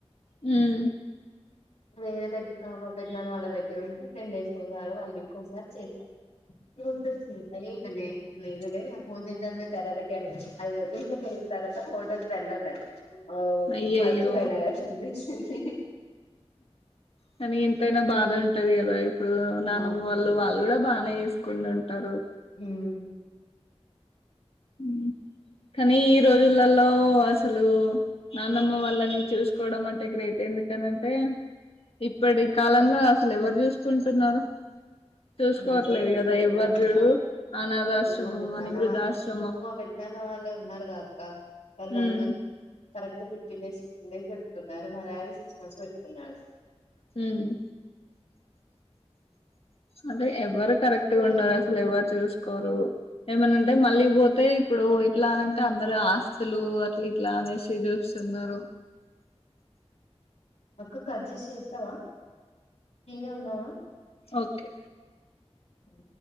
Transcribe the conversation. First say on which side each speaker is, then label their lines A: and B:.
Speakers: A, on the left; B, on the left.
A: హ్మ్
B: వేరే దగ్గ మా పెద్దనాన్న వాళ్ళ దగ్గర ఉంటే టెన్ డేస్కి ఒసారొ, వన్ వీక్ ఒకసారి చేస్తా. ఎవరు తెర్సింది. అయ్యో ఇడ లేదు లే ఇగా ఫోన్ చేద్దాం లే తర్వాతకి అనుకున్న అయ్యో ఇంట్లోకి వెళ్ళిన తర్వాత ఫోటోస్ <unintelligible> ఉన్నది. ఓ
A: అయ్యయ్యో
B: మర్చిపోయిన కదా శృతి <unintelligible>
A: కాని ఎంతైనా బాధ ఉం టది కదా ఇప్ ప్పుడు నాన్నమ్మ
B: ఆ
A: వాళ్ళు వాళ్ళు కూడా బానే చూసుకుని ఉంటరు.
B: హ్మ్
A: హ్ కానీ ఈ రోజులలో అసలు నాన్నమ్మ వాళ్ళని చూసుకోవడం అంటే గ్రేటే. ఎందుకనింటే ఇప్పటి కాలంలో అసలు ఎవరు చూసుకుంటున్నరు. చూసుకోవట్లేదు
B: ఎవరు చూసుకోవట్లే
A: కదా ఎవరు
B: అక్క
A: చూడు అనాధ ఆశ్రమం
B: ఈ మా పెద్దనాన్న
A: అని, వృద్ధాశ్ర
B: వాళ్ళ ఇప్పుడు మా పెద్దనాన్న వాళ్ళే ఉన్నారుగా అక్కా వాళ్ళు
A: ఉమ్
B: one correct fifteen days fifteen days పెట్టుకున్నారు. మా డాడి సిక్స్ మంత్స్ పెట్టుకున్నాడు.
A: హ్మ్ అవే ఎవరు కరెట్గా
B: ఓకే
A: ఉండరు అసలు ఎవరు చూసు కోరు ఏమనంటే మళ్ళీ పోతే ఇప్పుడు ఎట్లా అనంటే అందరు ఆస్తులు అట్లా ఇట్లా అనేసి సు తిన్నారు
B: అక్క కట్ చేసి చేస్ స్తవా ఇన్నే ఉన్నవా.
A: ఓకే
B: అ